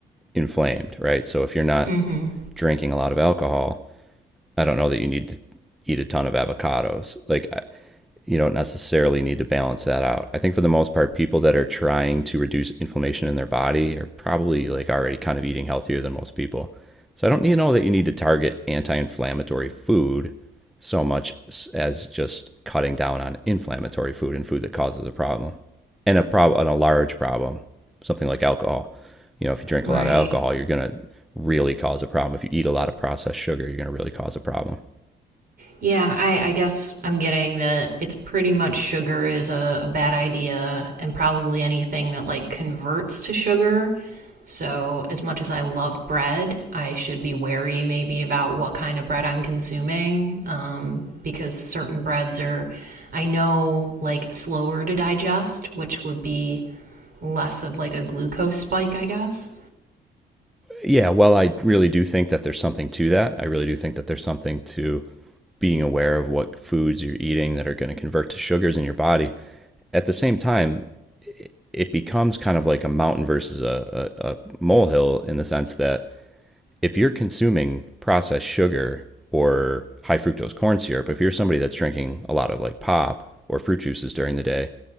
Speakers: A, in the centre; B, on the right (about 50°).
A: inflamed, right? So if you're not
B: mm Mhm.
A: drinking a lot of alcohol, I don't know that you need to eat a ton of avocados. Like you don't necessarily need to balance that out. I think for the most part, people that are trying to reduce inflammation in their body are probably like already kind of eating healthier than most people. So I don't you know that you need to target anti-inflammatory food so much as just cutting down on inflammatory food and food that causes a problem and a problem and a large problem, something like alcohol. You know, if you drink
B: Right.
A: a lot of alcohol, you're gonna really cause a problem. If you eat a lot of processed sugar, you're gonna really cause a problem.
B: Yeah, I, I guess I'm getting that it's pretty much sugar is a, a bad idea, and probably anything that like converts to sugar. So, as much as I love bread, I should be wary maybe about what kind of bread I'm consuming um, because certain breads are, I know, like slower to digest, which would be less of like a glucose spike, I guess.
A: yeah, well, I really do think that there's something to that. I really do think that there's something to being aware of what foods you're eating that are going to convert to sugars in your body. At the same time, it- becomes kind of like a mountain versus a, a, a molehill in the sense that if you're consuming processed sugar or high fructose corn syrup, if you're somebody that's drinking a lot of like pop or fruit juices during the day,